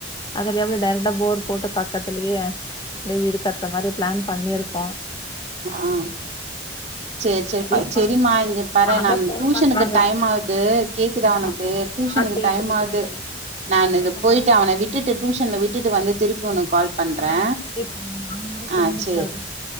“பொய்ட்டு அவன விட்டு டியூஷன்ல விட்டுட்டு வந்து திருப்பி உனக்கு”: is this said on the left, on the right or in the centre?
Right